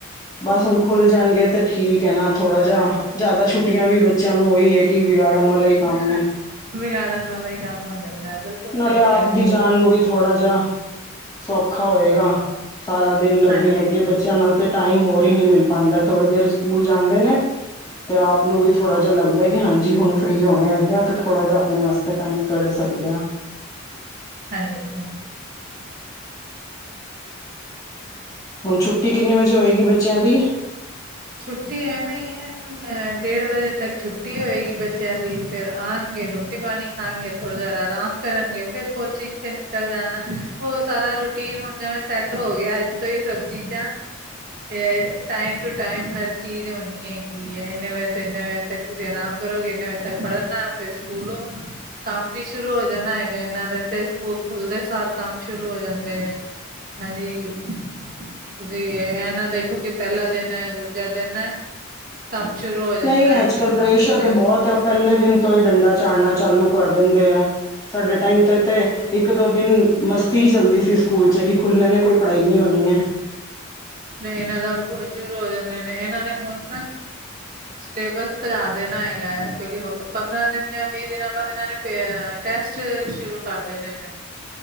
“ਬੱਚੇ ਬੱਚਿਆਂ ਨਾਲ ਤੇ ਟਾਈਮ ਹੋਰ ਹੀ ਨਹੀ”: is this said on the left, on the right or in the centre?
Left